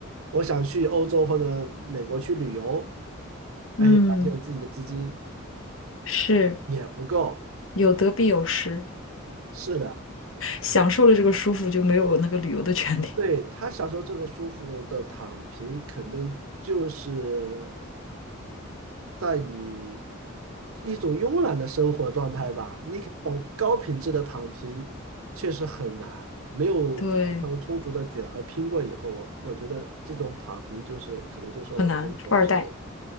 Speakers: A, on the right; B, on the left.
A: 我想去欧洲或者美国去旅游，哎，
B: 嗯，
A: 发现自己的资金
B: 是
A: 也不够，
B: 有得必有失，
A: 是的。
B: 享受了这个舒服就没有那个旅游的权利，
A: 对，他享受这个舒服的躺平，可能就是在你一种慵懒的生活状态吧。你可想高品质的躺平，确实很难，没有非常充足的卷和拼过以后，
B: 对，
A: 我我觉得这种躺平就是可能就说，
B: 很难，
A: 我觉得我是。
B: 富二代，